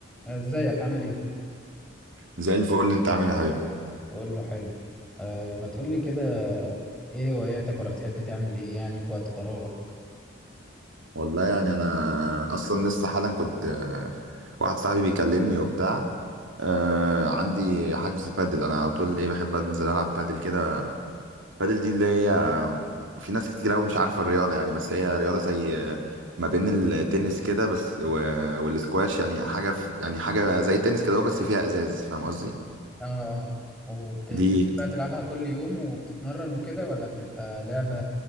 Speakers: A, in the centre; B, on the right (about 70°).
A: ازيك عامل ايه
B: زي الفل انت عامل ايه يا حبيبي
A: بقول له حلو آه ما تقول لي كده ايه هواياتك ولا بتحب تعمل ايه يعني في وقت فراغك
B: والله يعني انا اصلا لسه حالا كنت آه، واحد صاحبي بيكلمني وبتاع آه عندي حجز بادل انا على طول ايه بحب انزل العب بادل كده بادل دي اللي هي في ناس كتير قوي مش عارفه الرياضه يعني بس هي رياضه زي آه، ما بين التنس كده بس و... والسكواش يعني حاجه في... يعني حاجه زي التنس كده هو بس فيها ازاز فاهم قصدي
A: اه اه وبتبقى
B: دي
A: تلعبها كل يوم وبتتمرن وكده ولا بتبقى لعبة